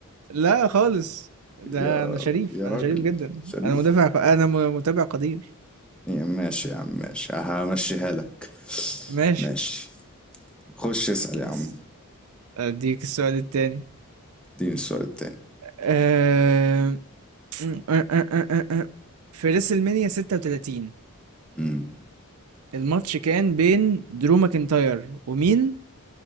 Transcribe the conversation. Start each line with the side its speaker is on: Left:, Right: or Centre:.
Right: لا خالص ده
Centre: يا
Right: انا شريف
Centre: يا
Right: انا
Centre: راجل
Right: شريف جدا
Centre: شريف
Right: انا مدافع ق- انا م- متابع قدير
Centre: يا ماشي يا عم ماشي همشيها لك
Right: ماشي
Centre: ماشي خش اسأل يا
Right: بس
Centre: عم
Right: اديك السؤال التاني
Centre: اديني السؤال التاني
Right: آه، آه، آه، آه، آه. آه. في ريسل مانيا 36
Centre: امم
Right: الماتش كان بين درو ماكنتاير ومين